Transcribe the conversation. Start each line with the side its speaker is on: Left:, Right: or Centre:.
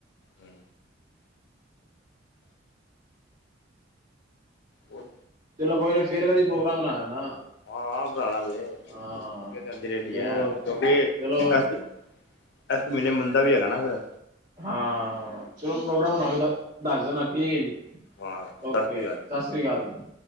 Left: ਹੂੰ। ਹੋਰ
Right: ਚਲ ਕੋਈ ਨੇ ਫੇਰ ਕਦੀ ਪ੍ਰੋਗਰਾਮ ਬਣਾਇਆ ਨਾ।
Left: ਹਾਂ ਬਣਾ ਲਾਂਗੇ
Right: ਹਾਂ
Left: ਕੇਦੀ ਰੀਆਂ
Right: ਚਲੋ
Left: <unintelligible>
Right: ਚਲੋ
Left: ਐਸ ਮਹੀਨੇ ਮੰੰਦਾ ਵੀ ਹੈਗਾ ਨਾ ਫੇਰ।
Right: ਹਾਂ। ਚਲੋ, ਪ੍ਰੋਗਰਾਮ ਬਣਾ ਲੈਣਾ, ਦੱਸ ਦੇਣਾ ਠੀਕ ਹੈ ਜੀ।
Left: ਹਾਂ ਸਤਿ
Right: ਓਕੇ
Left: ਸ਼੍ਰੀ ਅਕਾਲ ਜੀ
Right: ਸਤਿ ਸ੍ਰੀ ਅਕਾਲ ਜੀ।